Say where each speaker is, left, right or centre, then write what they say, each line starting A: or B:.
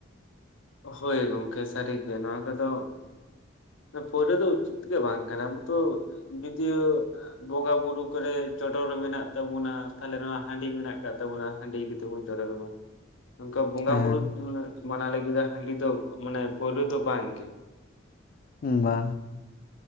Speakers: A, on the left; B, on the left.
A: ᱦᱳᱭ ᱜᱚᱢᱠᱮ ᱥᱟᱹᱨᱤ ᱜᱮ ᱱᱚᱣᱟ ᱠᱚᱫᱚ ᱯᱳᱭᱞᱳ ᱫᱚ ᱩᱪᱤᱛ ᱜᱮ ᱵᱟᱝ ᱠᱟᱱᱟ ᱟᱵᱚ ᱛᱚ ᱫᱤᱛᱤᱭᱚ ᱵᱚᱸᱜᱟ ᱵᱩᱨᱩ ᱠᱚᱨᱮ ᱪᱚᱰᱚᱨ ᱢᱮᱱᱟᱜ ᱛᱟᱵᱚᱱᱟ ᱛᱟᱞᱚᱦᱮ ᱱᱚᱣᱟ ᱦᱟᱺᱰᱤ ᱢᱮᱱᱟᱜ ᱠᱟᱜ ᱛᱟᱵᱚᱱᱟ ᱦᱟᱺᱰᱤ ᱜᱤ ᱛᱮᱜᱮ ᱵᱚᱱ ᱪᱚᱰᱚᱨ ᱢᱟ᱾ ᱱᱚᱝᱠᱟ ᱵᱚᱸᱜᱟᱼᱵᱩᱨᱩ
B: ᱦᱮᱸ
A: <inaudible> ᱢᱟᱱᱟᱣ ᱞᱟᱹᱜᱤᱫ ᱫᱚ ᱦᱟᱺᱰᱤ ᱫᱚ ᱢᱟᱱᱮ ᱯᱳᱭᱨᱳ ᱫᱚ ᱵᱟᱝ ᱜᱮ᱾
B: ᱩᱸ ᱵᱟ